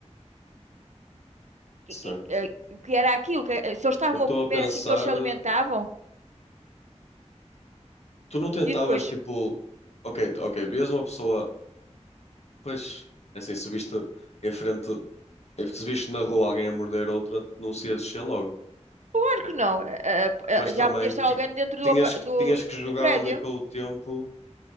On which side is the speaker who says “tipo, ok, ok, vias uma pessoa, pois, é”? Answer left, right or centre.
Left